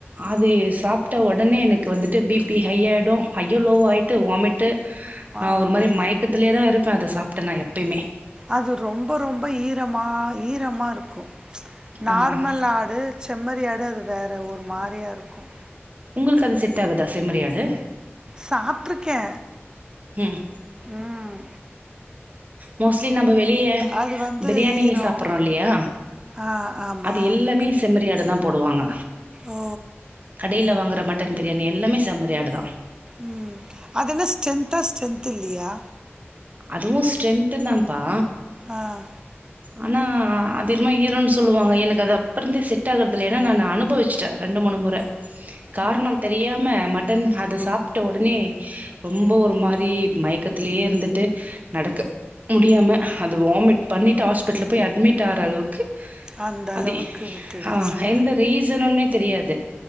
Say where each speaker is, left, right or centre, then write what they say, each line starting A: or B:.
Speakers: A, on the right (about 40°); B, on the right (about 20°).
A: அது சாப்பிட்ட உடனே எனக்கு வந்துட்டு பிபி ஹை ஆயிடும் ஐயோ லோ ஆயிட்டு வாமிட்டு
B: ஆ
A: ஆஹ ஒரு மாரி மயக்கத்தலய இதான் இருப்பன் அத சாப்பிட்ட நா எப்பயுமே
B: அது ரொம்ப ரொம்ப ஈரமா ஈரமா இருக்கும் நார்மல்
A: ஆ
B: ஆடு செம்மறிஆடு அது வேற ஒரு மாரியாக இருக்கும்
A: உங்களுக்கு அது செட் ஆகுதா செம்மறிஆடு
B: சாத்துருக்கே
A: ம்
B: உம்
A: மோஸ்ட்லி நம்ம வெளிய
B: அது வந்து
A: பிரியாணி
B: ஈரம்
A: சாப்படுறோம் இல்லயா
B: ஆ ஆமாம்
A: அது எல்லாமே செம்மறிஆடு தான் போடுவாங்க
B: ஓ
A: கடைல வாங்குற மட்டன் பிரியாணி எல்லாமே செம்மறிஆடுதான்
B: ம் அதது என்ன ஸ்ட்ரென்தா ஸ்ட்ரென்த் இல்லயா
A: அதுவும் ஸ்ட்ரென்த் தான்ப்பா
B: ஆஹ்
A: ஆனா அதரியமா ஈரோன்னு சொல்லுவாங்க எனக்கு அது அப்புறந்தே செட் <unintelligible> ந அனுபவிச்சட்டேன் ரெண்டு மூணு முற காரணம் தெரியாம மட்டன் அது சாப்பிட்ட உடனே ரொம்ப ஒரு மாரி மயக்கத்திலேயே <unintelligible> நடக்க முடியாம அத வாமிட் பண்ணிட் இந்த ஹாஸ்பிட்டல் போய் அட்மிட் ஆக அளவுக்கு
B: அந்த அளவுக்கு
A: அ
B: விட்டுடுச்சு
A: ஆஹ் எந்த ரீசனுன்னே தெரியாது